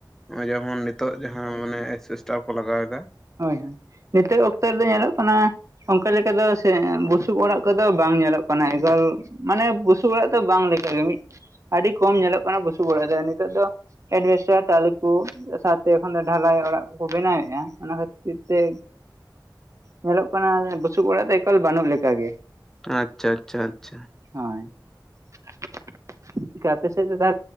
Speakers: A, in the centre; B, on the right.
A: ᱱᱚᱜᱼᱚᱭ ᱡᱮᱢᱚᱱ ᱱᱤᱛᱚᱜ ᱡᱟᱦᱟᱸ ᱢᱟᱱᱮ ᱮᱥᱵᱮᱥᱴᱟᱨ ᱠᱚ ᱞᱟᱜᱟᱣ ᱮᱫᱟ ᱾
B: ᱦᱳᱭ ᱦᱳᱭ ᱾ ᱱᱤᱛᱚᱜ ᱚᱠᱛᱚ ᱨᱮᱫᱚ ᱧᱮᱞᱚᱜ ᱠᱟᱱᱟ ᱚᱱᱠᱟ ᱞᱮᱠᱟ ᱫᱚ ᱥᱮ ᱵᱩᱥᱩᱵ ᱚᱲᱟᱜ ᱠᱚᱫᱚ ᱵᱟᱝ ᱧᱮᱞᱚᱜ ᱠᱟᱱᱟ ᱾ ᱢᱟᱱᱮ ᱮᱜᱟᱞ ᱢᱟᱱᱮ ᱵᱩᱥᱩᱵ ᱚᱲᱟᱜ ᱫᱚ ᱵᱟᱝ ᱞᱮᱠᱟ ᱜᱮ ᱢᱤᱞ‌ ᱟᱹᱰᱤ ᱠᱚᱢ ᱧᱮᱞᱚᱜ ᱠᱟᱱᱟ ᱵᱩᱥᱩᱵ ᱚᱲᱟᱜ ᱫᱚ ᱱᱤᱛᱚᱜ ᱫᱚ ᱮᱰᱵᱮᱥᱴᱟᱨ ᱴᱟᱞᱮ ᱠᱚ ᱥᱟᱶᱛ ᱚᱱᱮ ᱰᱷᱟᱞᱟᱭ ᱚᱲᱟᱜ ᱠᱚᱠᱚ ᱵᱮᱱᱟᱣ ᱮᱜᱼᱟ ᱚᱱᱟ ᱡᱮ ᱛᱮ ᱧᱮᱞᱚᱜ ᱠᱟᱱᱟ ᱵᱩᱥᱩᱵ ᱚᱲᱟᱜ ᱫᱚ ᱮᱠᱟᱞ ᱵᱟᱹᱱᱩᱜ ᱞᱮᱠᱟ ᱜᱮ ᱾
A: ᱟᱪᱪᱷᱟ ᱟᱪᱪᱷᱟ ᱟᱪᱪᱷᱟ ᱾
B: ᱦᱳᱭ ᱾ ᱟᱯᱮ ᱥᱮᱫ ᱫᱚ‌